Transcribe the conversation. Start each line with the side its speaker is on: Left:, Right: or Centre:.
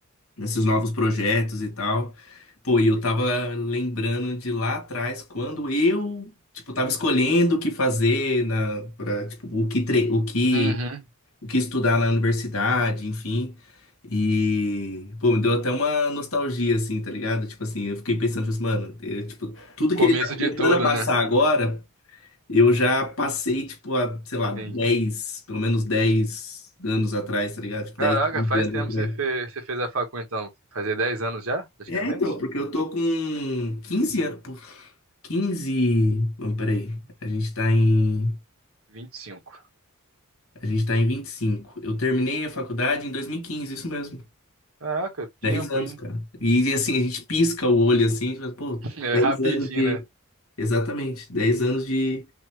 Left: nesses novos projetos e tal. Pô, e eu tava lembrando de lá atrás, quando eu, tipo, tava escolhendo o que fazer na, pra, tipo, o que, tre o que
Right: Uhum.
Left: o que estudar na universidade, enfim. E, pô, me deu até uma nostalgia, assim, tá ligado? Tipo assim, eu fiquei pensando, tipo assim, mano, eu, tipo, tudo
Right: Começo
Left: que ele tá começando
Right: de tudo,
Left: a passar
Right: né?
Left: agora, eu já passei, tipo, há, sei lá, dez,
Right: Sim.
Left: pelo menos 10 anos atrás, tá ligado? Tipo,
Right: Caraca,
Left: 10, 15
Right: faz
Left: anos
Right: tempo
Left: atrás.
Right: que você fez, você fez a facu, então. Fazer dez anos já, praticamente?
Left: É, então, porque eu tô com 15 anos, pô, 15? vamos, peraí, a gente tá em,
Right: 25.
Left: a gente tá em 25. Eu terminei a faculdade em 2015, isso mesmo.
Right: Caraca,
Left: dez
Right: tempo,
Left: anos,
Right: hein?
Left: cara. E assim, a gente pisca o olho assim, mas, pô,
Right: <laughs> É
Left: 10
Right: rapidinho,
Left: anos de.
Right: né?
Left: Exatamente, 10 anos de,